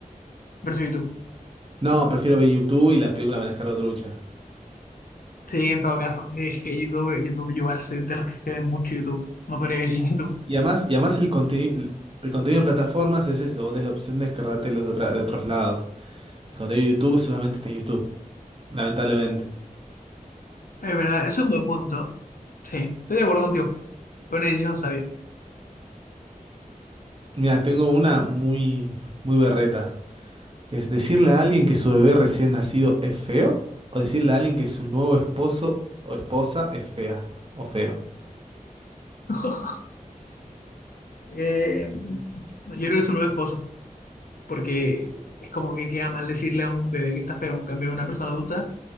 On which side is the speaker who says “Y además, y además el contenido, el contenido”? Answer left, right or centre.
Right